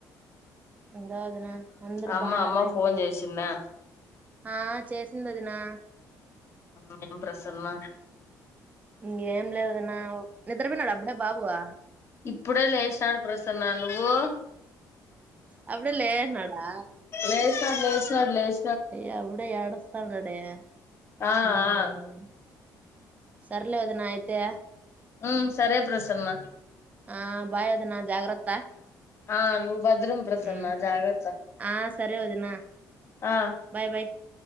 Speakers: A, on the right; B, on the left.
A: ఇంకా ఒదినా అందరు
B: అమ్మ
A: బాగుండరా
B: అమ్మ
A: ఇంట్లో
B: ఫోన్ చేసిందా
A: ఆ చేసింది ఒదినా
B: ఇంకేం ప్రసన్న
A: ఇంకేంలేదు ఒదినా నిద్ర పోయినాడ అప్పుడే బాబు వా
B: ఇప్పుడే లేసినాడు ప్రసన్నా నువ్వు
A: అప్పుడే లేసినాడా
B: లేచినాడు లేచినాడు లేచ్
A: అయ్య అపుడే ఎడస్తానాడే
B: ఆ
A: హుమ్
B: ఆ
A: సర్లే ఒదినా అయితే
B: ఉ సరే ప్రసన్న
A: ఆ బాయ్ ఒదిన జాగ్రత్త
B: ఆ నువ్వు భద్రం ప్రసన్న
A: ఉమ్
B: జాగ్రత్త
A: ఆ సరే ఒదినా
B: ఆ
A: బాయ్ బయ్